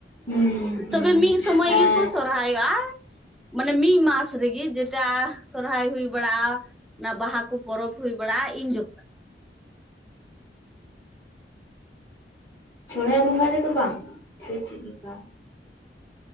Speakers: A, on the left (about 20°); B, in the centre.
A: ᱦᱩᱸ ᱦᱩᱸ
B: ᱛᱚᱵᱮ
A: ᱦᱩᱸ
B: ᱢᱤᱫ ᱥᱚᱢᱚᱭ
A: ᱟᱨ
B: ᱜᱮᱠᱚ ᱥᱚᱨᱦᱟᱭᱚᱜᱼᱟ᱾ ᱢᱟᱱᱮ ᱢᱤᱫ ᱢᱟᱥ ᱨᱮᱜᱮ ᱡᱮᱴᱟ ᱥᱚᱨᱦᱟᱭ ᱦᱩᱭ ᱵᱟᱲᱟᱜᱼᱟ᱾ ᱚᱱᱟ ᱵᱟᱦᱟ ᱠᱚ ᱯᱚᱨᱚᱵᱽ ᱦᱩᱭ ᱵᱟᱲᱟᱜᱼᱟ ᱤᱧ ᱡᱚᱠᱷᱚᱱ᱾
A: ᱥᱚᱨᱦᱟᱭ ᱵᱚᱸᱜᱟ ᱨᱮᱫᱚ ᱵᱟᱝ ᱥᱮ ᱪᱮᱫ ᱞᱮᱠᱟ?